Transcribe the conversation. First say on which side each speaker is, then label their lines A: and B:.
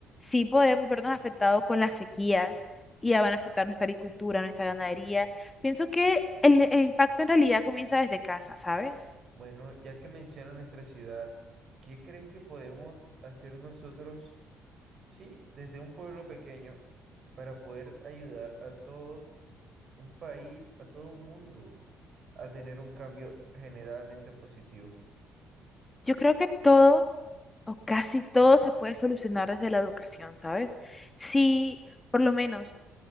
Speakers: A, on the left (about 25°); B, on the right (about 50°).
A: sí podemos vernos afectados con las sequías y ya van a afectar nuestra agricultura, nuestra ganadería. Pienso que el, el impacto en realidad comienza desde casa, ¿sabes?
B: Bueno, ya que mencionas nuestra ciudad, ¿qué crees que podemos hacer nosotros? Sí, desde un pueblo pequeño para poder ayudar a todo un país, a todo un mundo a tener un cambio generalmente positivo.
A: Yo creo que todo o casi todo se puede solucionar desde la educación, ¿sabes? Si por lo menos